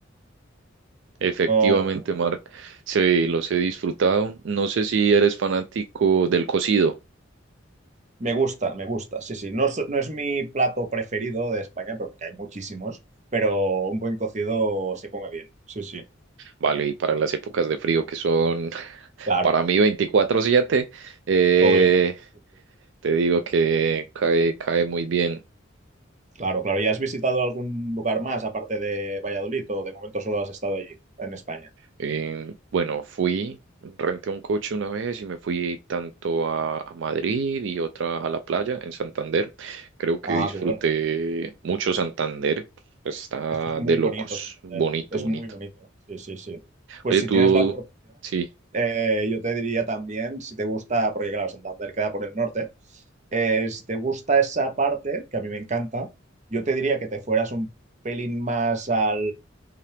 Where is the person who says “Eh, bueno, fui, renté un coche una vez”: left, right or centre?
Right